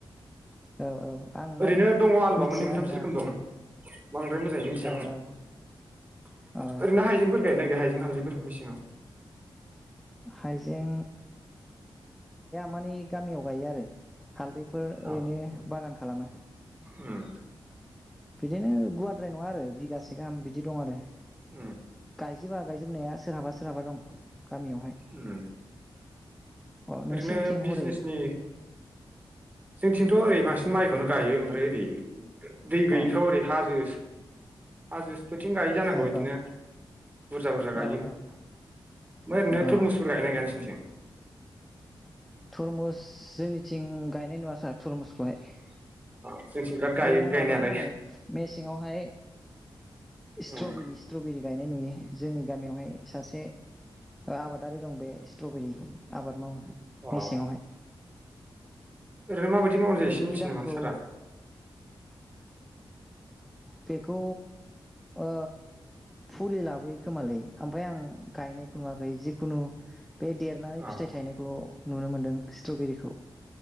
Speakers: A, in the centre; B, on the right.
A: औ औ आं माने
B: ओरैनो दङ आलुवा
A: मिथिया
B: मोननै मोनथामसो
A: आरोना
B: रोखोम दं <inaudible> बांद्राय मोजाङै मिथियामोन
A: औ
B: आं
A: औ औ
B: ओरैनो हाइजेंफोर गायनाय गैया हाइ हालदैफोर मेसेङाव
A: हाइजें मानि। गामियाव गायो आरो हालदैफोर
B: अ
A: ओरैनो बागान खालामो ।
B: उम
A: बिदिनो गुवारद्राय नङा आरो। बिगासे गाम बिदि दं आरो गाय
B: उम
A: गायजोबा गायजोबनाया सोरहाबा सोरहाबा दं गामियावहाय
B: उम
A: अ नोंसिनिथिं
B: ओरैनो बिजनेसनि
A: हरै
B: जोंनिथिंथ ओरै बांसिन माइखौनो गायो ओमफ्राय ओरै दै गैयिफ्राव
A: अ
B: ओरै हाजो हाजोफोरोथिं गायै जानांगौ
A: अ औ
B: बिदिनो बुरजा-बुरजा गायो
A: औ
B: ओमफ्राय
A: औ
B: ओरैनो
A: औ
B: थरमुसफोर गाय न गैया नसोरनिथिं?
A: तरमुस जोंनि थिं गायनाय नुवा सार थुरमुसखौहाय
B: अ जोंथिं बिराद गायो
A: ओरैनो
B: गायनायालाय
A: माबा मा होनो मेसेंयावहाय स्ट्रबेरि
B: उम
A: स्ट्रबेरि गायनाय नुयो जोंनि गामियावहाय सासे आबादारि दं बे स्ट्रबेरि आबाद मावो
B: अ
A: मेसेंयावहाय
B: ओरैनो माबायदि मावनाय जायो एसे
A: बिनि
B: मिथियो
A: दामखौ
B: नामा सारआ।
A: बेखौ ओ फुलि लाबोयो खोमालै आमफाय आं गायनायखौ नुवाखै जिखुनु बे देरनानै
B: अ
A: फिथाइ थायनायखौल' नुनो मोनदों। स्ट्रबेरिखौ